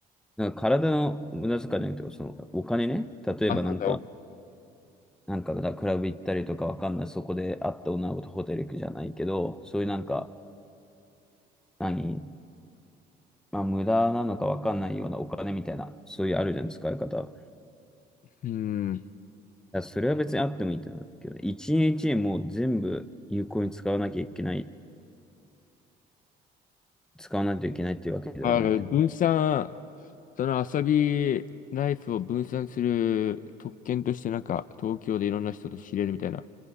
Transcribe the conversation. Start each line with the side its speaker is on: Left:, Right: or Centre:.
Centre: なんか体の無駄遣いじゃなくて、そのお金ね。例えばなんか、
Left: あ、そうそ
Centre: なんか、だからクラブ行ったりとかわかんない。そこで会った女の子とホテル行くじゃないけど、そういうなんか、何まあ、無駄なのかわかんないようなお金みたいな、そういうあるじゃん、使い方。だか
Left: う。うん。
Centre: らそれは別にあってもいいと思うけどね、一円一円もう全部有効に使わなきゃいけない、使わないといけないっていうわけではないと思
Left: あの、分散、その遊びライフを分散する特権として、なんか、東京でいろんな人と知れるみたいな。